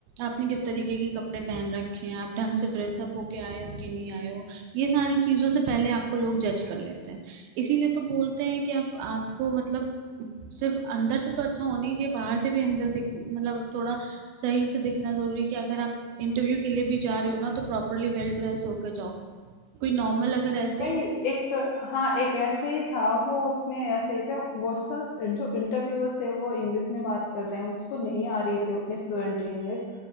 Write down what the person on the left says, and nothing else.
वही
एक हाँ एक ऐसे ही था वो उसने ऐसे ही था वो सर जो इंटरव्यूअर थे वो इंग्लिश में बात कर रहे हैं उसको नहीं आ रही थी उतनी फ्लुएंट इंग्लिश